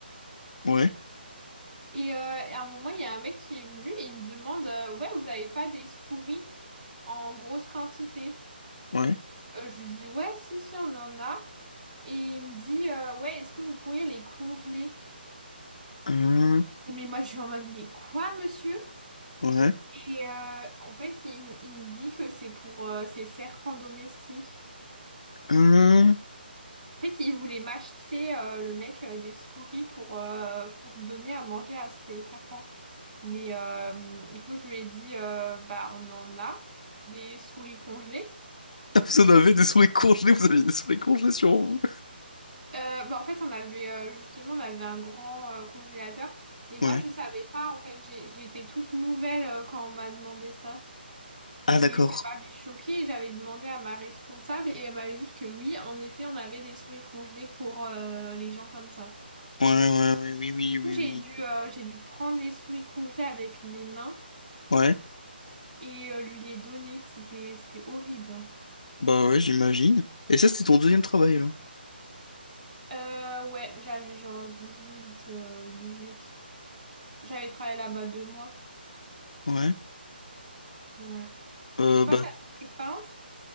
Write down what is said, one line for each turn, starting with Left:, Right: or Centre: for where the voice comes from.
Left: Ouais,
Right: Et euh, à un moment, il y a un mec qui est venu et il me demande, euh, ouais, vous avez pas des souris en grosse quantité?
Left: ouais.
Right: Euh, je lui dis, ouais, si, si, on en a. Et il me dit, euh, ouais, est-ce que vous pourriez les congeler?
Left: Hum,
Right: Et mais moi, je suis en mode, mais quoi, monsieur?
Left: ouais.
Right: Et euh, en fait, il, m- il me dit que c'est pour euh, ces serpents domestiques.
Left: Hum. <laughs>
Right: En fait, il voulait m'acheter, euh, le mec, euh, des souris pour, euh, pour donner à manger à ces serpents. Mais euh, du coup, je lui ai dit, euh, bah, on en a des souris congelées.
Left: Ah, Vous en avez des souris congelés, vous aviez des souris congelées sur vous.
Right: Euh, bah, en fait, on avait, euh, justement, on avait un grand euh, congélateur. Mais moi,
Left: Ouais.
Right: je savais pas, en fait. J'ai- J'étais toute nouvelle euh, quand on m'a demandé ça.
Left: Ah,
Right: Et
Left: d'accord.
Right: ça m'avait choquée, j'avais demandé à ma responsable et elle m'avait dit que oui, en effet, on avait des souris congelées pour euh, les gens comme ça.
Left: Ouais, ouais, ouais, oui, oui,
Right: Et du
Left: oui,
Right: coup, j'ai
Left: oui.
Right: dû, euh, j'ai dû prendre les souris congelées avec mes mains
Left: Ouais.
Right: et euh, lui les donner. C'était, c'était horrible. hein.
Left: Bah ouais, j'imagine. Et ça, c'était ton deuxième travail, là.
Right: Euh, ouais, j'avais genre 18 euh, huit J'avais travaillé là-bas deux mois.
Left: Ouais.
Right: Ouais.
Left: Euh,
Right: Et toi,
Left: bah,
Right: t'as d'autres expériences?